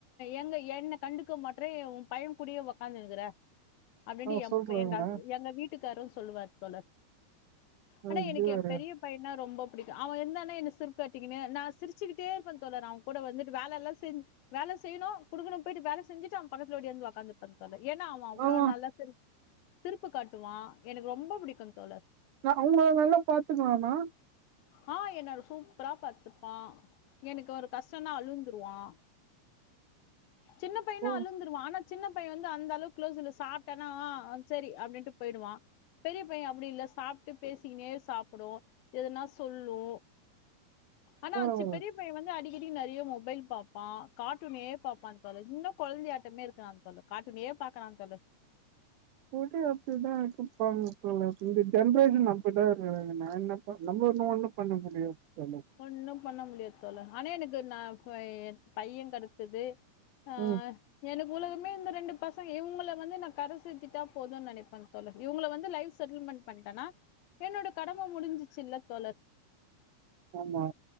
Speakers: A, on the left; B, on the right.
A: எங்க என்ன கண்டுக்க மாட் மற்ற உ பைய கூடயே வொக்காந்து இருக்கற அப்டின்னு
B: ஆ
A: எ
B: சொல்றேங்க.
A: எங்க எங்க வீட்டுக்காரு சொல்லுவாரு தோழர்
B: ஆ
A: ஆனா
B: இது
A: எனக்கு
B: வேற.
A: எ பெரிய பையனா ரொம்ப புடிக்கு அவ இருந்தானா என்ன சிருப் காட் காட்டிகினு நான் சிரிச்சி கிட்டே இருப்ப தோழர் அவன் கூட வந்துட்டு வேல எல்லா செஞ் வேல செய்யணு குடுக்கணு போயிட்டு வேலை செய் செஞ்சிட்டு அவன் பக்கத்துல ஓடியாந்து ஒக்காந்துப்ப தோழர் ஏன்னா அவன் அவ்ளோ
B: ஆமா
A: நல்லா சிரிப் சிரிப்பு காட்டுவா எனக்கு ரொம்ப பிடிக்கு தோழர்
B: அவங்க வேல்ல பாத்துக்குவானா
A: ஆ என்ன ஒரு சூப்பரா பாத்துப்பா எனக்கு ஒரு கஷ்டன்னா அழுந்துருவா சின்ன பையனா
B: ஓ!
A: அழுந்துருவான் ஆனா சின்ன பைய வந்து அந்த அளவுக்கு க்ளோஸ் இல்ல சாப்ட்டானா ஆ சரி அப்படின்னுட்டு போயிடுவா பெரிய பைய அப்டி இல்ல சாப்ட்டு பேசிகினே சாப்பிடு எதுனா சொல்லு ஆனா
B: பரவால்ல.
A: சி பெரிய பைய வந்து அடிக் நெறய மொபைல் பாப்பா காட்டூனே பாப்பான் தோழர் இன்னு கொழந்தை ஆட்டமே இருக்கா தோழர் காட்டூனே பாக்கறாங்க தோழர்
B: வுடு அப்டுதா அப்ப இந்த ஜென்ரேஷன் அப்டிதா இருக்காங்க நா என்ன நம்ம இன்னு ஒண்ணு பண்ண முடியாது தோழர்.
A: ஒன்னு பண்ண முடியாது தோழர் ஆனா எனக்கு நா பைய கடச்சது ஆ
B: ம்
A: எனக்கு உலகமே இந்த ரெண்டுப் பசங்க இவங்கள வந்து நா கர சேத்துட்டா போதுன் நெனைப்பே தோழர் இவங்கள வந்து லைஃப் செட்டில்மெண்ட் பண்ணிட்டன்னா என்னோட கடம முடிஞ்சிச்சுல்ல தோழர்
B: ஆமா.